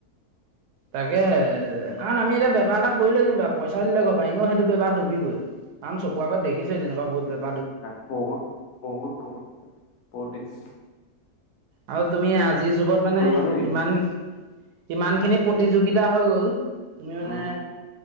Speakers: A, on the right; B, on the left.
A: তাকে কাৰণ আমি এতিয়া বেপাৰ এটা। কৰিলে যেনিবা পইচা দিলে কবা এনেও সেইটো বেমাৰ ডুিবই কাৰণ চকু আত দেখিছে তেনেকুৱা বু বোৰ।
B: <inaudible> বহুত বহুত বহুত বহুত দেখি।
A: আৰু তুমি আজিৰ যুগত মানে
B: কৰিবা নেকি
A: ইমান ইমানখিনি প্ৰতিযোগিতা হৈ গ'ল। তুমি মানে
B: উম